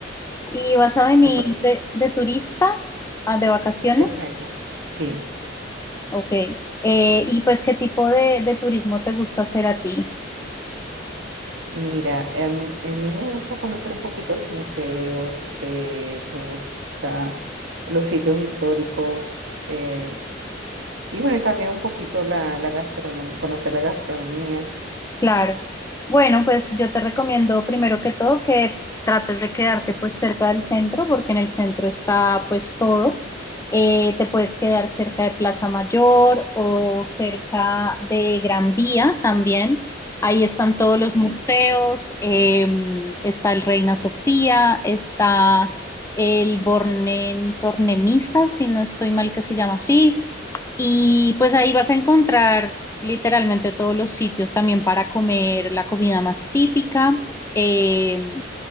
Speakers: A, on the left; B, on the right.
A: ¿Y vas a venir
B: <laughs>
A: de, de turista, ah, de vacaciones?
B: Exacto, sí.
A: Ok. Eh, ¿y pues qué tipo de, de turismo te gusta hacer a ti?
B: Mira, em, a mí me gusta conocer un poquito los museos, eh, me gusta los sitios históricos eh, y bueno, también un poquito la, la gastronomía, conocer la gastronomía.
A: Claro. Bueno, pues yo te recomiendo primero que todo que trates de quedarte pues cerca del centro, porque en el centro está pues todo. Eh, te puedes quedar cerca de Plaza Mayor o cerca de Gran Vía también. Ahí están todos los museos, em, está el Reina Sofía, está el Born en Tornemisa, si no estoy mal que se llama así. Y pues ahí vas a encontrar literalmente todos los sitios también para comer la comida más típica. Eh,